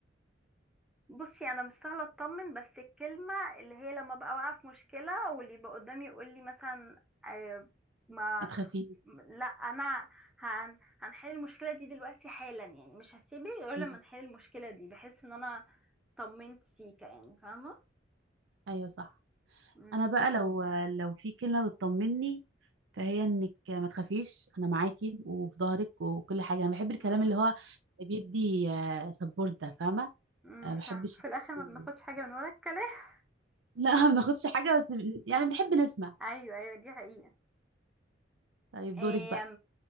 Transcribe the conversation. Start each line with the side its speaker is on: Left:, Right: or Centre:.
Centre: بصي انا مش سهله اطمن بس الكلمه اللي هي لما ببقى واقعه في مشكله واللي يبقى قدامي يقول لي مثلا آه، ما
Right: ما تخافيش
Centre: لا انا هن... هنحل المشكله دي دلوقتي حالا يعني مش هسيبه غير لما
Right: مم.
Centre: نحل المشكله دي بحس ان انا طمنت سيكا يعني فاهمه
Right: ايوه صح
Centre: امم
Right: انا بقى لو لو في كلمه بتطمني فهي انك ما تخافيش انا معاكي وفي ظهرك وكل حاجه انا بحب الكلام
Centre: امم
Right: اللي هو بيدي سبورت ده فاهمه
Centre: امم
Right: انا ما بحبش
Centre: فاهمة. في
Right: <laughs>
Centre: الاخر ما بناخدش حاجه من ورا الكلام <laughs>
Right: لا ما ناخدش حاجه بس بن- يعني بنحب نسمع
Centre: ايوه ايوه دي حقيقه
Right: طيب
Centre: ايه
Right: دورك بقى